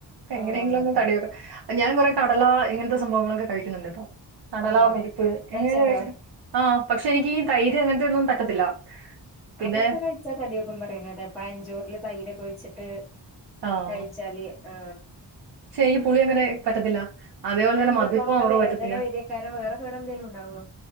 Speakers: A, on the right; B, in the centre.
A: എങ്ങനെയെങ്കിലും
B: ആഹ്
A: ഒന്ന് തടി കൊയണം കടല ഇങ്ങനത്തെ സംഭവങ്ങളൊക്കെ കഴിക്കുന്നുണ്ട്ട്ടോ കടലോ
B: ആഹ്
A: പരിപ്പ് എങ്ങനെ
B: മെച്ചണ്ടോ
A: കഴിച്ച ആ പക്ഷെ എനിക്ക് ഈ തൈര്ംങ്ങനെയൊന്നും പറ്റത്തില്ല പിന്നെ
B: അതൊക്കെ കഴിച്ചാ തടിയൊക്കെ പറയുന്ന പയഞ്ചോറില് തൈര് ഒഴിച്ച് <unintelligible>
A: ആഹ്
B: കഴിച്ചാല് ആ
A: <unintelligible> പുളി അങ്ങനെ പറ്റത്തില്ല അതേപോലെ തന്നെ
B: എന്താ
A: മധുറോവർ
B: തൊണ്ട വേദന
A: പറ്റത്തില്ല
B: വരേക്കാരം വേറെ കേടെന്തേലും ഉണ്ടാവോ